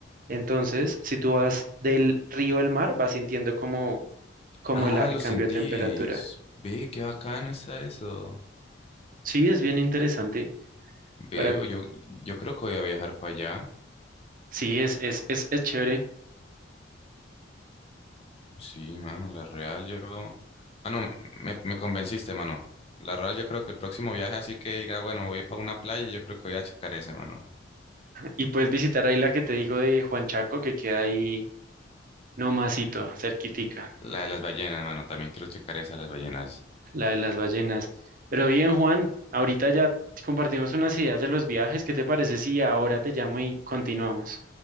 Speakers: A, on the right; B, on the left.
A: Entonces, si tú vas del río al mar, vas sintiendo como, como
B: Ah,
A: el a- el
B: lo
A: cambio
B: sentís.
A: de temperatura.
B: Ve, qué bacano está eso.
A: Sí, es bien interesante.
B: Ve,
A: Para,
B: yo, yo creo que voy a viajar para allá.
A: sí, es, es, es, es chévere.
B: Sí, mano, la real, yo... Mano, me, me convenciste, mano. La real, yo creo que el próximo viaje, así que diga, bueno, voy para una playa, yo creo que voy a checar ese, mano.
A: Y puedes visitar ahí la que te digo de Juan Chaco, que queda ahí nomasito, cerquitica,
B: La de las ballenas, mano. También quiero checar esa de las ballenas.
A: la de las ballenas. Pero bien, Juan, ahorita ya compartimos unas ideas de los viajes. ¿Qué te parece si ahora te llamo y continuamos?